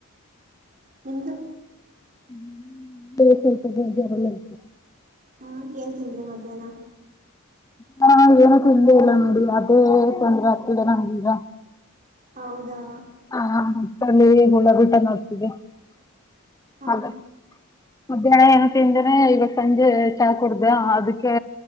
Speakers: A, on the right (about 35°); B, on the left (about 15°).
A: ನಿಮ್ದು
B: <unintelligible> ಸ ಸಲ್ಪ ಜರತ
A: ಹಾ ಏನ್ ತಿಂದ್ರಿ ಮಧ್ಯಾಹ್ನ
B: ಹಾ ಏನ ತಿಂದೇ ಇಲ್ಲ ನೋಡಿ ಅದೇ ತೊಂದ್ರೆ ಆಗ್ತಿದೆ ನಮಗಿಗ
A: ಹೌದಾ
B: ಹ ಹಾ ಹಾ ತಲೆಗೆ ಉಳ್ಳಬಿಟ್ಟಗೆ ಆಗತೈತೆ <unintelligible> <unintelligible>
A: ಹಾ
B: ಅದ ಮಧ್ಯಾಹ್ನ ತಿಂದನೇ ಇವಾಗ ಸಂಜೆ ಚಾ ಕುಡ್ದ ಅದಕ್ಕೆ